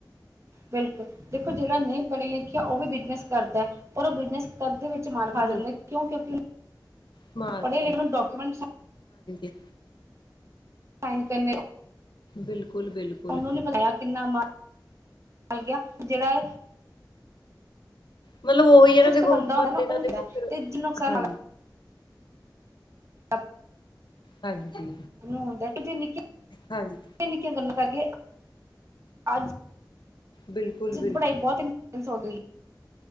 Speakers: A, on the right; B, on the left.
A: ਬਿਲਕੁੱਲ ਦੇਖੋ ਜੇੜਾ ਨਈ ਪੜ੍ਹੇ ਲਿ ਖਿਆ ਔ ਵੀ ਬਿਜਨੱਸ ਕਰਦਾ ਐ ਪਰ ਔ ਬਿਜਨੱਸ ਕਰਦੇ ਵਿੱਚ ਮਾਰ ਖਾ
B: ਬਿਲਕੁਲ
A: ਜਾਂਦੈ ਕਿਉਂ ਕਿਉਂਕਿ
B: <unintelligible>
A: ਉਹਨੂੰ ਪੜ੍ਹੇ ਲਿਖੇ ਨੂੰ ਡਾਕੂਮੈਂਟ
B: ਹਾਂਜੀ।
A: <inaudible> <unintelligible>
B: ਬਿਲਕੁਲ ਬਿਲਕੁਲ
A: ਜੇੜਾ ਏ
B: ਮਲਬ ਓਹੀ ਐ ਨਾ
A: ਚੁਸਤ
B: ਦੇਖੋ
A: ਬੰਦਾ ਹੁੰਦਾ
B: ਬੰਦੇ
A: ਨਾ
B: ਦਾ
A: ਉਹ ਹੁੰਦਾ
B: ਦੇਖੋ
A: ਹੈ
B: ਫਿਰ,
A: ਤੇ ਜੇ ਨੁਕਸਾਨ
B: ਹਾਂ
A: <inaudible>
B: ਹਾਂਜੀ।
A: <inaudible> ਨਿੱਕਿਆ-ਨਿੱਕੀਆਂ
B: ਹਾਂਜੀ
A: ਗਲਾ ਕਰਕੇ ਅੱਜ
B: ਬਿਲਕੁਲ ਬਿਲਕੁਲ
A: <inaudible> ਪੜਾਈ ਬੋਤ ਇੰਪੋਰਟੈਂਸ ਹੋ ਗਈ।